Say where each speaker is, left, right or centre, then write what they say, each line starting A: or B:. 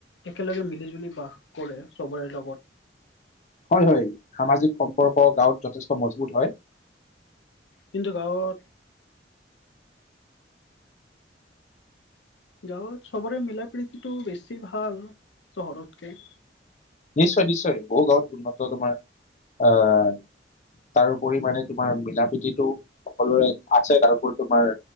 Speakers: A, on the left (about 75°); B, on the left (about 40°).
A: একেলগে মিলিজুলি বাস কৰে, চবৰে লগত।
B: হয় হয়, সামাজিক সম্পৰ্ক গাঁৱত যথেষ্ট মজবুত হয়।
A: কিন্তু গাঁৱত গাঁৱত চবৰে মিলা প্ৰীতিটো বেছি ভাল, চহৰতকে।
B: নিশ্চয় নিশ্চয়, বহু <unintelligible> উন্নত তোমাৰ আহ তাৰ উপৰি মানে তোমাৰ মিলা প্ৰীতিটো সকলোৰে আছে। তাৰোপৰি তোমাৰ